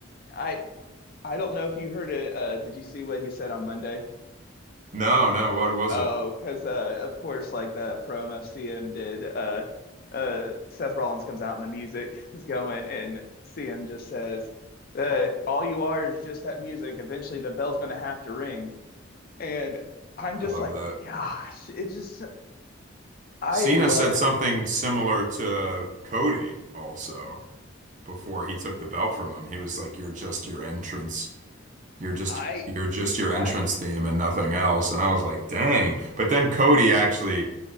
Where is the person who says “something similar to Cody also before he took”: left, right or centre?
Right